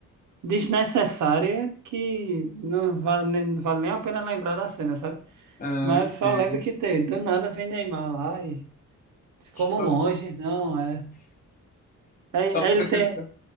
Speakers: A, on the right; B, on the left.
A: desnecessária que não vale, nem- não vale nem a pena lembrar da cena, sabe?
B: Ah,
A: Mas
B: entendo.
A: só lembro que tem, do nada vem Neymar lá e diz, como
B: Só,
A: um monge, não é. Aí,
B: só
A: aí
B: pra
A: ele tem,
B: tentar.